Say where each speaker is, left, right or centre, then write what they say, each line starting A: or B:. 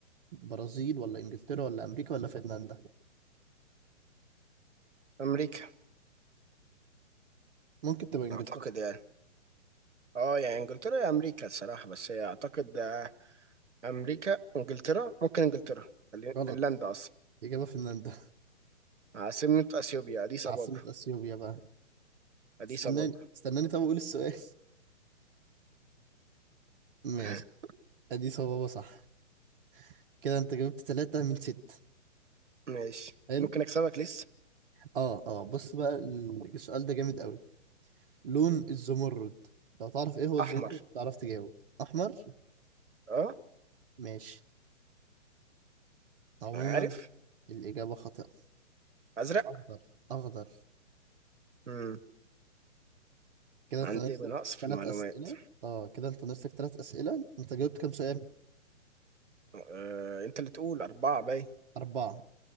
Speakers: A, on the right; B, on the right.
A: برازيل ولا انجلترا ولا امريكا ولا فنلندا
B: امريكا
A: ممكن تبقى انجلترا
B: اعتقد يعني اه يعني انجلترا يا امريكا الصراحة بس هي اعتقد آه، امريكا انجلترا ممكن انجلترا خلي-
A: غلط
B: فنلندا اصلا
A: اجابه فنلندا
B: عاصمة اثيوبيا
A: <laughs>
B: اديس
A: عاصمه
B: ابابا
A: اثيوبيا بقى
B: اديس
A: استناني
B: ابابا
A: استناني طب اقول السؤال <laughs> ماشي
B: <laughs>
A: ادي صوابه صح كده انت جبت ثلاثة من ستة
B: ماشي
A: حلو
B: ممكن اكسبك لسه
A: اه اه بص بقى ال- السؤال ده جامد قوي لون الزمرد لو تعرف ايه هو الزمرد
B: احمر
A: تعرف تجاوب احمر
B: اه
A: ماشي عموما
B: عارف
A: الاجابه خاطئه
B: ازرق
A: اخضر اخضر
B: امم
A: كده
B: عندي
A: انت ناقص
B: نقص
A: لك
B: في
A: ثلاث
B: المعلومات
A: اسئله اه كده انت ناقص لك ثلاث اسئله انت جاوبت كام سؤال
B: آه، انت اللي تقول اربعة باي
A: اربعه